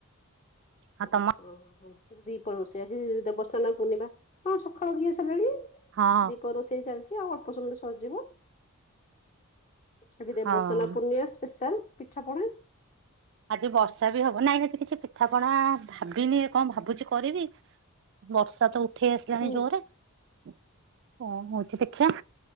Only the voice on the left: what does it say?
ଓହୋ
ଦିପର ରୋଷେୟା ଆଜି ଦେବସ୍ଥାନ ପୂର୍ଣ୍ଣିମା ହଁ ସକାଳୁ କିଆ ସରିଲାଣି।
ଦୀପହର ରୋଷେଇ ଚାଲିଚି ଆଉ ଅଳ୍ପ ସମୟରେ ସରିଯିବ। ଆଜି ଦେବସ୍ନାନ
ପୁର୍ଣିମା ସ୍ପେଶାଲ ପିଠା ପଣା?
ହୁଁ।